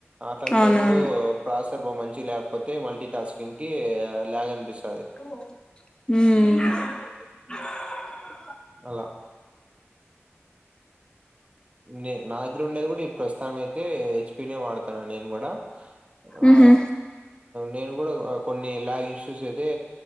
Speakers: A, on the right; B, on the left.
A: అట్లాంటప్పుడు
B: అవునవును
A: అసర్ బా మంచి లేకపోతే మల్టీ టాస్కింగ్ కి లాగ్ అనిపిస్
B: ఉమ్
A: అలా నే నా దగ్గర ఉండేది కూడా ప్రస్తుతనం అయితే హెచ్పినే వాడుతాన నేను కూడా ఆ
B: ఊహూ
A: నేను కూడా కొన్ని లాగ్ ఇష్యూస్ అయితే